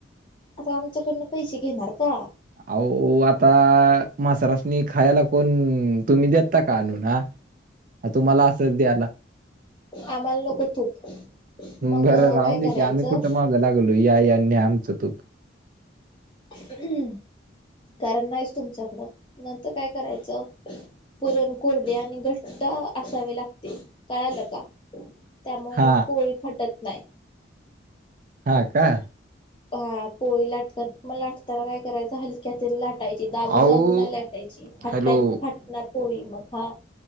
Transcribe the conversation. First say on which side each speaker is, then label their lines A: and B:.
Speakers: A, on the left; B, on the right.
A: आता आमच्याकडन पैसे घेणार का.
B: अहो आता मसराशनी खायला कोण तुम्ही दे ता का आनून हा तुम्हाला असंच द्याला.
A: आम्हाला नको तूप मग
B: बरं राहून
A: काय करायचं.
B: दे की आम्ही कुठं मागं लागलो या या आणि न्हा आमच तूप.
A: हम् कारण नाहीच तुमच्याकडं नंतर काय करायचं. पुरण कोरडे आणि घट्ट असावे लागते कळाल का. त्यामुळे
B: हा
A: मग पोळी फटत नाय.
B: हा का.
A: हा पोळी लाट म लाटताना काय करायच हलक्या हातानी लाट फटायची दाबून
B: अहो
A: दाबून नाही लाटायची फटाय
B: हॅलो
A: फाटणार पोळी मग हा